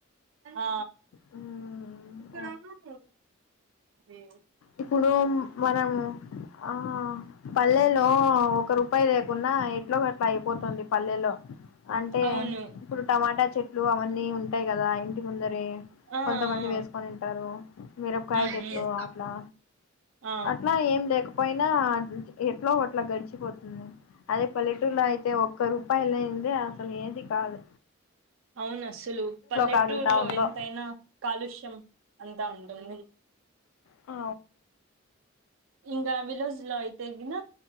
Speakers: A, on the right (about 70°); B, on the left (about 85°).
A: ఆ
B: హ్మ్
A: కనా మత ఏ
B: ఇప్పుడు మనం ఆ పల్లెలో ఒక రూ పాయి లేకున్నా ఎట్లో ఒకట్లా అయిపోతుంది పల్లెలో అంటే
A: అవును
B: ఇప్పుడు టమాటా చెట్లు అవన్నీ ఉంటా ఉంటే కదా య్ ముందరి
A: ఆ ఆ
B: కొంతమంది
A: ఆ
B: వేసుకొనింటారు మిరపకాయ
A: ఉమ్,
B: చెట్లు
A: ఉమ్.
B: అట్లా
A: ఆ,
B: అట్లా ఏం లేకపోయినా ఎట్లో ఒకట్లా గర్ చ్చపోతుంది అదే పల్లెటూరులో అయితే అతే ఒక్క రూపాయలంది అసలు ఏది కాదు
A: అవును అసలు పల్లెటూరులో
B: కాదు టౌన్
A: ఎంతైనా
B: లో
A: కాలుష్యం అంతా ఉంటుంది
B: అ
A: ఇకా వి రోజు లో అయితేగిన